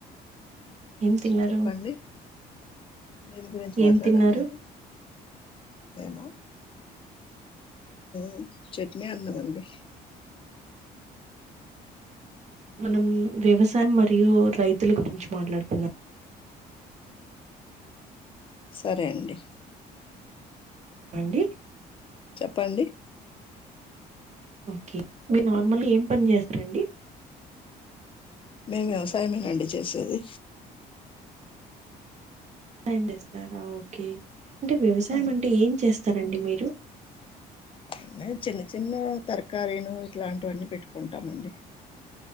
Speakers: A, on the right; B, on the left.
A: ఏం తిన్నారు
B: చెప్పండి దేని గురించి
A: ఏం
B: మాట్లాడాలండి
A: తిన్నారు
B: ఏమో మ్ చట్నీ అన్నం అండి
A: మనం వ్యవసాయం మరియు రైతుల గురించి మాట్లాడుకుందాం
B: సరే అండి
A: అండి
B: చెప్పండి
A: ఓకే మీరు నార్మల్గా ఏం పని చేస్తారండి
B: మేము వ్యవసాయమేనండి చేసేది
A: వ్యవసాయం చేస్తారా ఓకే అంటే వ్యవసాయం
B: ఆ,
A: అంటే ఏం చేస్త స్తారండి మీరు
B: అన్న చిన్న చిన్న తరకారీను ఇట్లాంటివన్నీ పెట్టుకుంటామండి